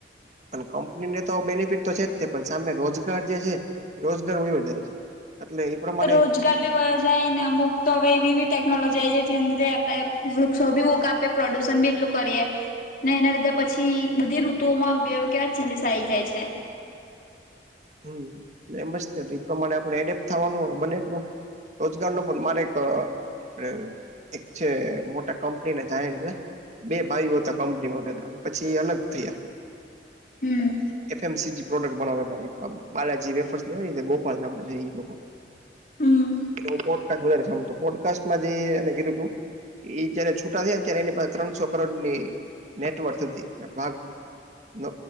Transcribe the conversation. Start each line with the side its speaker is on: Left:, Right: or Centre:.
Right: પણ કંપનીને તો બેનિફિટ તો છે. પણ સામે રોજગાર જે છે, રોજગાર હોય છે એટલે. પ્રમાણે
Left: રોજ ીયો જાય ને અમુક તો હવે એવી એવી ટેકનોલોજી આ છે જેના લીધે આપડ વૃક્ષો ભીુક આપ પ્રોડુશન બી એટલું કરીએ ને એના લીધે પછી બધી ઋતુઓમાં બે કેવા ચેન્જસ આ આવી જાય છે
Right: હમ એટલે એમ જ એ પ્રમાણે આપણે એડેપ્ટ થવાનું હોય બને એટલું રોજગાર ન પણ માને એક આપ એક છે મોટા કંપનીને જઈ છે બે ભાઈઓ હતા કંપનીમાં પેલા અને પછી એ અલગ થયા
Left: હમ
Right: એફમસી પ્રોડક્ટ બનાવતા હતા બાલાજી વેફર્સ ગોપાલ ના એ લોકો
Left: હમ
Right: હ પોડકાસ્ટ વધ સાભળું પોડકાસ્ટમાં જેને કીધું તું એ જયારે છૂટા થયા ને ત્યારે એની પા ત્રણસો કરોડની નેટવર્ક હતી ભાગ ન